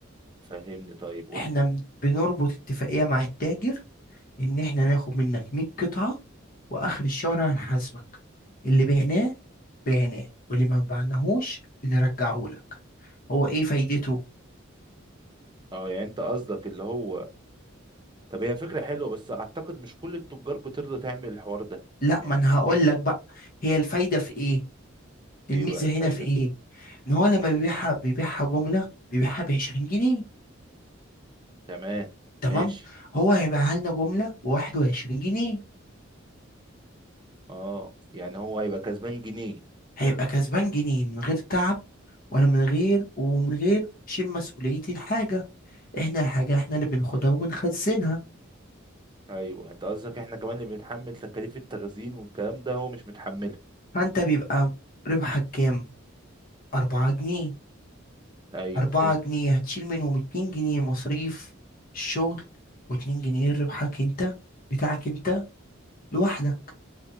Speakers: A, on the right (about 25°); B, on the left (about 45°).
A: فهمني طيب قول
B: احنا
A: لي
B: بن- بنربط اتفاقية مع التاجر ان احنا ناخد منك 100 قطعة واخر الشهر هنحاسبك اللي بعناه بعناه واللي ما بعناهوش بنرجعه لك هو ايه فايدته
A: أه يعني أنت قصدك اللي هو طب هي فكرة حلوة بس أعتقد مش كل التجار بترضى تعمل الحوار ده
B: لا
A: يعني
B: ما انا هقول
A: فين
B: لك بقى هي الفايدة في ايه الميزة
A: إيه بقى الفايدة؟
B: هنا في ايه ان هو لما
A: إيه
B: بيبيعها بيبيعها جملة بيبيعها ب 20 جنيه
A: تمام
B: تمام
A: ماشي
B: هو هيبقى لنا جملة بواحد وعشرين جنيه
A: أه يعني هو هيبقى كسبان جنيه
B: هيبقى كسبان جنيه من غير تعب ولا من غير ومن غير شيل مسؤولية الحاجة احنا الحاجة احنا اللي بناخدها وبنخزنها
A: ايوه انت قصدك احنا كمان اللي بنتحمل تكاليف التخزين والكلام ده هو مش متحملها
B: فانت بيبقى ربحك كام؟ أربعة جنيه
A: ايوه
B: أربعة
A: فهمت
B: جنيه هتشيل منهم اتنين جنيه مصاريف الشغل واتنين جنيه ربحك انت بتاعك انت لوحدك